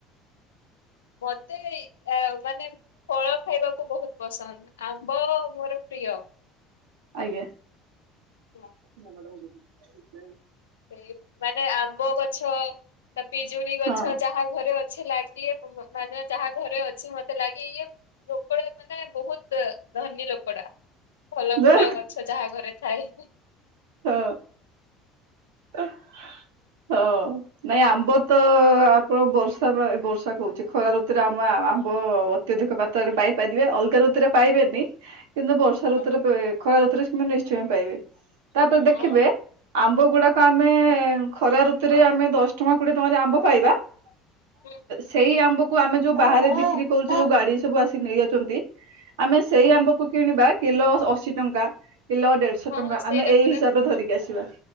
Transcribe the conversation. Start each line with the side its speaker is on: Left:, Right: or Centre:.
Left: ମତେ ଏ ମାନେ ଫଳ ଖାଇବାକୁ ବହୁତ ପସନ୍ଦ ଆମ୍ବ ମୋର ପ୍ରିୟ।
Right: ଆଜ୍ଞା।
Left: ହଁ।
Right: ନା ମ୍ୟାଡ଼ାମ ଯି
Left: ଏ ମାନେ ଆମ୍ବ ଗଛ, ପିଜୁଳି ଗଛ
Right: ହଁ
Left: ଯାହା ଘରେ ଅ ଅଛି ଲାଗେ ମାନେ ଯାହା ଘରେ ଅଛି ମତେ ଲାଗେ ଇଏ ଲୋକଳ ମାନେ ବହୁତ ଧନୀ ଲୋକଡା ଭଲ
Right: ଯେ
Left: ଫୁଳ ଗଛ ଯାହା ଘରେ ଥାଏ।
Right: ହଁ ହୁଁ ହଁ। ନାଇଁ ଆମ୍ବ ତ ଆପଣ ବର୍ଷା ବା ବର୍ଷା କହୁଛି ଖରା ଋତୁରେ ଆମ ଆମ୍ବ ଅତ୍ୟଧିକ ମାତ୍ରାରେ ପାଇପାରିବେ ଅଲଗା ଋତୁରେ ପାଇବେନି। କିନ୍ତୁ ବର୍ଷା
Left: ହଁ
Right: ଋତୁରେ ପ୍ର ଖରା ଋତୁରେ କିନ୍ତୁ ନିଶ୍ଚୟ ହିଁ ପାଇବେ ତାପରେ
Left: ହଁ
Right: ଦେଖିବେ। ଆମ୍ବ ଗୁଡାକ ଆମେ ଖରା ଋତୁରେ ଆମେ ଦଶ ଟଙ୍କା କୋଡିଏ ଟଙ୍କାରେ ଆମ୍ବ ପାଇବା।
Left: ହୁଁ ହୁଁ
Right: ସେଇ ଆମ୍ବକୁ କୁ ଆମେ ଯୋଉ ବାହାରେ ବିକ୍ରି କରୁଛୁ ଯୋଉ ଗାଡି ସବୁ ଆସି ନେଇ ଅଛନ୍ତି ଆମେ ସେଇ
Left: ହଁ
Right: ଆମ୍ବକୁ କିଣିବା କିଲୋ ଅଶୀ ଟଙ୍କା କିଲୋ ଦେଢ଼ଶହ
Left: ହଁ
Right: ଟଙ୍କା।
Left: ସେଇଟା
Right: ଆମେ ଏଇ
Left: ପରା
Right: ହିସାବରେ
Left: ହଁ
Right: ଧରିକି ଆସିବା